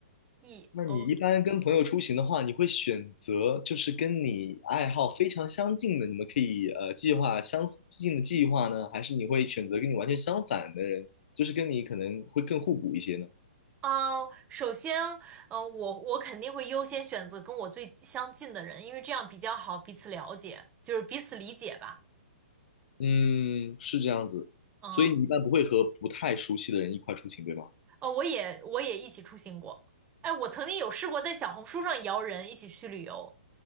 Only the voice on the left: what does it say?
那你一般跟朋友出行的话，
你会选择就是跟你爱好非常相近的，你们可以呃计划相似近的计划呢，还是你会选择跟你完全相反的人，就是跟你可能会更互补一些呢？
嗯，是这样子，
所以你一般不会和不太熟悉的人一块出行，对吗？